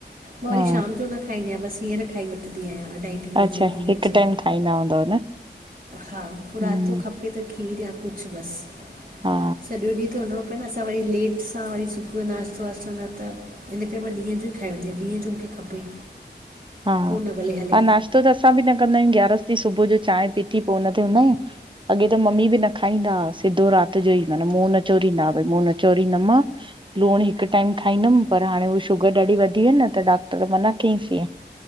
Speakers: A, on the right; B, on the right.
A: मा वरी
B: हा
A: शाम जो न खाईंदी आहिया, बसि हींअर खाई वठंदी आहिया अढाई। टी
B: अच्छा
A: बजे ॿी
B: हिकु
A: बजे
B: टाइम खाईंदा हूंदव न?
A: हा, पो राति
B: हम्म
A: जो खपे त खीरु या कुझु बसि
B: हा
A: सॼो ॾींहुं त हुलणो न असां वरी लेट सां वरी सुबुह जो नाश्तो वाश्तो न त इन करे मां ॾींहुं जो ई खाए वठी आहियां, ॾींहं जो मूंखे खपे।
B: हा,
A: पोइ न भले हले
B: हा नाश्तो त असां बि न कंदा आहियूं ग्यारस ॾींहुं सुबुह जो चांहि पीती पो हुन ते हूंदा आहियूं। अॻे त मम्मी बि न खाईंदा आ, सिधो राति जो ई माना मुंहुं न चोरींदा भई मुंहुं न चोरींदमा। लूणु हिकु टाइम खाईंदमि पर हाणे हूअ शुगर ॾाढी वधी वई न त डॉक्टर मना कईंसींं हिय।